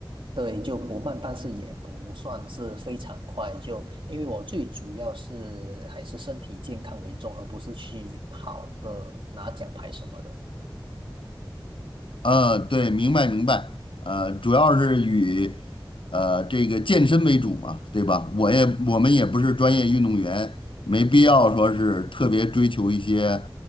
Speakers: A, on the right (about 80°); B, on the left (about 75°).
A: 对，就不慢，但是也不算是非常快。就因为我最主要是还是身体健康为重，而不是去跑个拿奖牌什么的。
B: 呃，对，明白明白。呃，主要是以呃这个健身为主嘛，对吧？我也我们也不是专业运动员，没必要说是特别追求一些